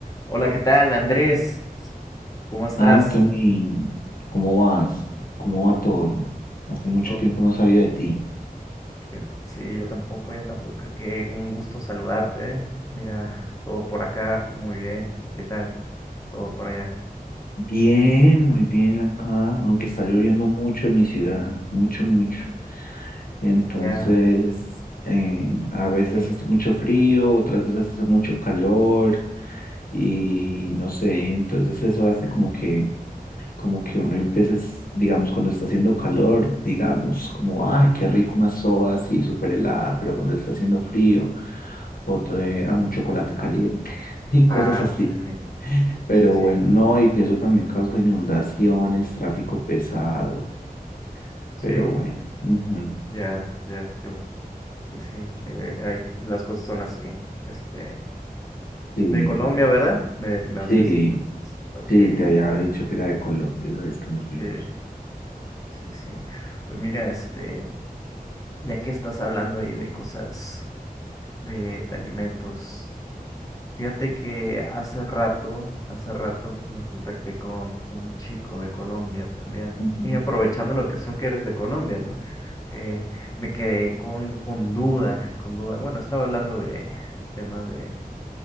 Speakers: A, on the left (about 20°); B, on the left (about 70°).
A: Hola, ¿qué tal, Andrés? ¿Cómo estás?
B: Anthony, ¿cómo vas? ¿Cómo va todo? Hace mucho
A: To-
B: tiempo no sabía de ti.
A: que- Sí, yo tampoco, yo tampoco. Qué un gusto saludarte. Mira, todo por acá, muy bien. ¿Y qué tal? Todo por allá.
B: Bien, muy bien acá, aunque está lloviendo mucho en mi ciudad, mucho, mucho. Y entonces,
A: Ya.
B: eh, a veces
A: ve-
B: hace mucho frío, otras veces hace mucho calor y no sé, entonces eso hace como que, como que uno a veces, digamos, cuando está haciendo calor, digamos, como, ay, qué rico una soda así súper helada, pero cuando está haciendo frío. otra eh, a un chocolate caliente <laughs> y
A: Ah,
B: cosas así.
A: sí, sí,
B: Pero
A: sí, sí,
B: bueno, no, y que eso también causó inundaciones, tráfico pesado,
A: sí.
B: pero bueno. ujú.
A: Ya, ya, qué bu- Y sí, que hay, las cosas son así. Este,
B: Sí,
A: de Colombia, ¿verdad? Me, me
B: sí,
A: habías dicho. Ok,
B: sí, te había dicho que era de Colombia la vez que nos
A: sí,
B: vimos.
A: sí, sí. Pues mira, este, ya que estás hablando ahí de cosas de, de alimentos. Fíjate que hace rato, hace rato me contacté con un chico de Colombia también.
B: Ujú,
A: Y aprovechando la ocasión que eres de Colombia, ¿no? Eh, me quedé con, con duda, con duda. Bueno, estaba hablando de temas de,